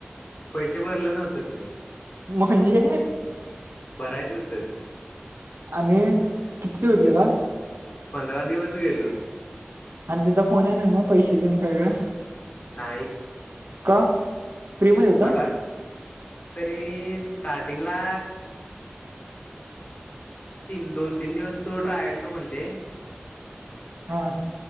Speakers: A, on the left (about 40°); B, on the right (about 75°).
A: पैसे भरले नव्हते मी,
B: म्हणजे
A: भरायचंं हो त
B: आणि किती दिवस गेलास?
A: पंधरा दिवस गेलो.
B: आणि तिथ फोन आहे ना मग पैसे देन काय का <inaudible>
A: नाही
B: का? फ्री मध्ये होता.
A: मला तरी स्टार्टिंगला तीन, दोन, तीन दिवस तू ट्रायल कर बोलले.
B: हा.